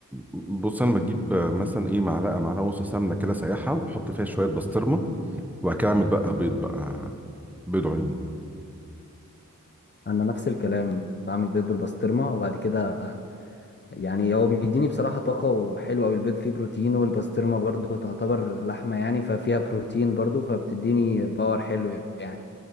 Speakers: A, in the centre; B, on the left.
A: بص انا بجيب آه، مثلا ايه معلقه معلقه ونص سمنه كده سايحه واحط فيها شويه بسطرمه وبعد كده اعمل بقى بيض بقى بيض عيون
B: انا نفس الكلام بعمل بيض بالبسطرمه وبعد كده يعني هو بيديني بصراحه طاقه وحلو قوي البيض فيه بروتين والبسطرمه برضو تعتبر لحمه يعني ففيها بروتين برضو فبتديني باور حلو يعني